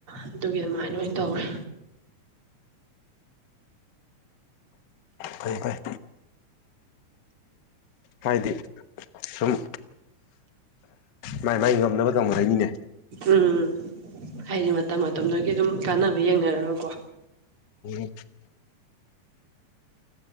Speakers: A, on the right; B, on the left.
A: ꯑꯗꯨꯒꯤ ꯑꯗꯨꯃꯥꯏꯅ ꯑꯣꯏꯅ ꯇꯧꯔꯦ
B: ꯐꯩ ꯐꯩ ꯍꯥꯏꯗꯤ ꯁꯨꯝ ꯃꯥꯏ ꯃꯥꯏ ꯉꯝꯅꯕ ꯇꯧꯅꯔꯛꯏꯅꯤꯅꯦ
A: ꯎꯝ ꯍꯥꯏꯗꯤ ꯃꯇꯝ ꯃꯇꯝꯗꯨꯒꯤ ꯑꯗꯨꯝ ꯀꯥꯟꯅꯕ ꯌꯦꯡꯅꯔꯒꯀꯣ
B: ꯎꯝ